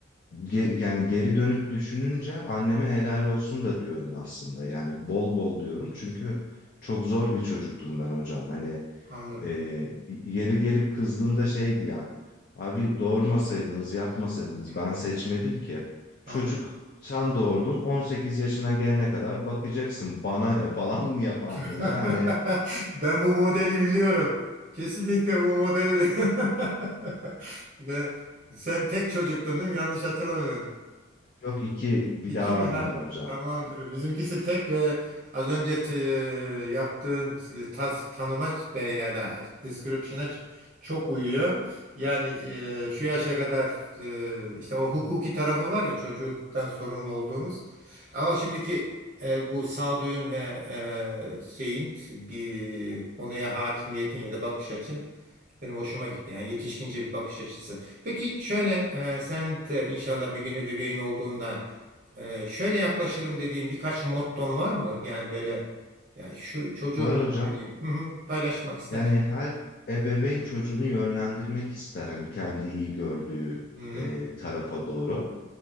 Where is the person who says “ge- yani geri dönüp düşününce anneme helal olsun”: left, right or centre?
Left